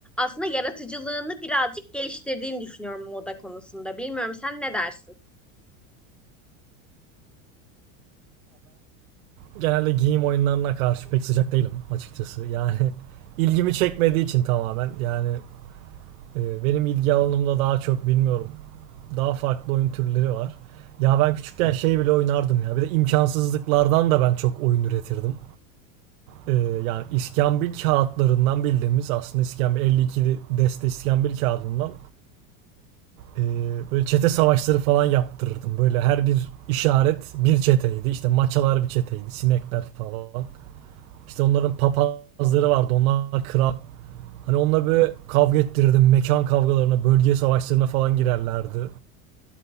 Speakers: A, in the centre; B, on the right.
A: aslında yaratıcılığını birazcık geliştirdiğini düşünüyorum moda konusunda. Bilmiyorum sen ne dersin?
B: Genelde giyim oyunlarına karşı pek sıcak değilim açıkçası. Yani <laughs> ilgimi çekmediği için tamamen. Yani e, benim ilgi alanımda daha çok bilmiyorum. Daha farklı oyun türleri var. Ya ben küçükken şey bile oynardım ya. Bir de imkansızlıklardan da ben çok oyun üretirdim. e, yani iskambil kağıtlarından bildiğimiz aslında iskambil 52 deste iskambil kağıdından e, böyle çete savaşları falan yaptırırdım. Böyle her bir işaret bir çeteydi. İşte maçalar bir çeteydi. Sinekler falan. İşte onların papazları vardı. Onlar kral. Hani onunla böyle kavga ettirirdim. Mekan kavgalarına, bölge savaşlarına falan girerlerdi.